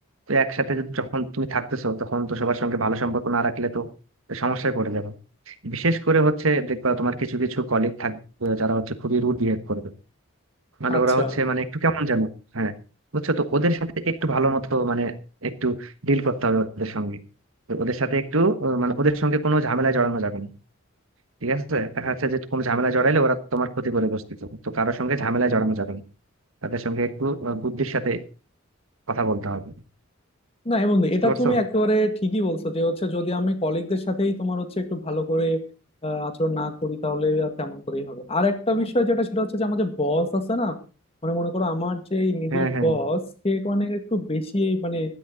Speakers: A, on the right; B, on the left.
A: তো একসাথে যদি- যখন তুমি থাকতেছো তখন তো সবার সঙ্গে ভালো সম্পর্ক না রাখলে তো তো সমস্যায় পড়ে যাবে বিশেষ করে হচ্ছে দেখবা তোমার কিছু কিছু কলিগ থাকবে যারা হচ্ছে খুবই রুড বিহেভ করবে মানে
B: আচ্ছা
A: ওরা হচ্ছে মানে একটু কেমন যেন হ্যাঁ বুঝছো তো ওদের সাথে একটু ভালো মতো মানে একটু ডিল করতে হবে ওদের সঙ্গে তো ওদের সাথে একটু আহ, মানে ওদের সঙ্গে কোনো ঝামেলায় জড়ানো যাবে না ঠিক আছে দেখা যাচ্ছে যে কোনো ঝামেলা জড়াইলে ওরা তোমার ক্ষতি করে বসতেছে তো কারোর সঙ্গে ঝামেলায় জড়ানো যাবে না তাদের সঙ্গে একটু আহ, বুদ্ধির সাথে কথা বলতে হবে
B: না হ্যাঁ বন্ধু
A: বুঝতে
B: এটা
A: পারছো
B: তুমি একেবারে ঠিকই বলছো যে হচ্ছে যদি আমি কলিগদের সাথেই তোমার হচ্ছে একটু ভালো করে আহ, আচরণ না করি তাহলে আর তেমন করেই হবে আর একটা বিষয় যেটা সেটা হচ্ছে যে আমাদের বস আছে না মানে মনে করো আমার যে ইমিডিয়েট
A: হ্যাঁ হ্যাঁ
B: বস সে মানে একটু বেশি মানে